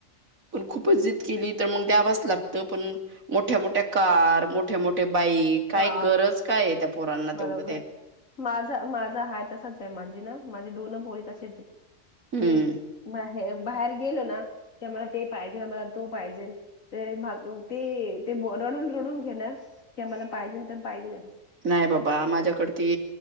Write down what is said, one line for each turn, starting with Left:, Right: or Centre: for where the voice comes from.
Right: पण खूपच जिद किली तर मग द्यावाच लागतं पण. मोठ्या मोठ्या कार, मोठे मोठे बाईक, काय
Left: हा
Right: गरज काय त्या पोरांना
Left: बरोबर.
Right: तेवढ
Left: माझा माझा हाय तसाच हाय माझी ना माझी दोन पोरी तशीच हाय
Right: हम्म
Left: कि बा हे बाहेर गेलो ना की मला ते पाहिजे मला तो पाहिजेल ते ते रडून रडून घेणार की आम्हाला पाहिजे तर पाहिजेलचं
Right: नाय बाबा माझ्याकड ते